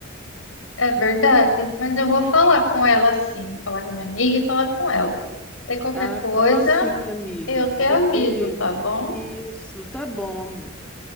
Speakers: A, on the left; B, in the centre.
A: É verdade, mas eu vou falar com ela sim, falar com a minha amiga e falar com ela. Daí qualquer
B: Ah,
A: coisa,
B: fala assim, amiga,
A: eu te aviso,
B: porque
A: tá bom?
B: isso, tá bom, amor.